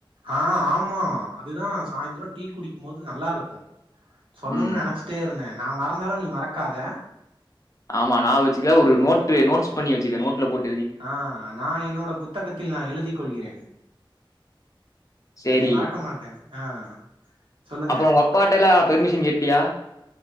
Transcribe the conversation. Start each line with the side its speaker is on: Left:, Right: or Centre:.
Right: ஆ ஆமா அதுதா சாயந்திரொ டீ குடிக்கு போது நல்லா இருக்கு சொல்லணுன்னு
Left: ம்.
Right: நெனச்சிட்டே இருந்தே நா மறந்தாலு நீ மறக்காத
Left: ஆமா நா வச்சுக்கே ஒரு நோட்டு நோட்ஸ் பண்ணி வச்சிக்க நோட்ல போட்
Right: ஆஹ் நான் என்னோட புத்தகத்தில் நான் எழுதிக் கொள்கிறேன்
Left: சரி.
Right: இதை மறக்க மாட்டேன் ஆஹ் சொல்லுங்க
Left: அப்புறம் உங்க அப்பாட்டலாம் பெர்மிஷன் கேட்டியா?